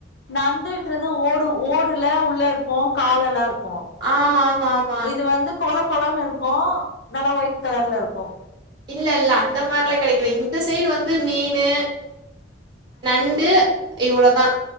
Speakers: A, on the left; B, on the right.
A: நண்டுன்றது ஓடு ஓடுல உள்ள இருக்கு காலெல்லா இரு கொ
B: ஆமா ஆமா ஆமா
A: இது வந்து கொழ கலர்ல இருக்கு நல்லா ஒயிட் கலர்ல இருக்கு
B: இல்ல இல்ல அந்த மாரிலா கெடைக்கல இந்த சைடு வந்து மீனு நண்டு இவ்ளோதா